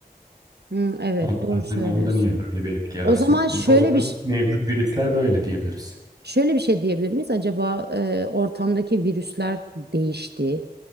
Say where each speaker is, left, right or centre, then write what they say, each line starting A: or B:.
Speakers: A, on the right (about 85°); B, on the right (about 25°).
A: Hı, evet,
B: Ondan,
A: doğru söylüyorsun.
B: hani onda niye böyle bir etki yaratsın?
A: O zaman şöyle
B: O zaman
A: bir ş-
B: mevcut virüsler böyle diyebiliriz.
A: Şöyle bir şey diyebilir miyiz? Acaba e, ortamdaki virüsler değişti.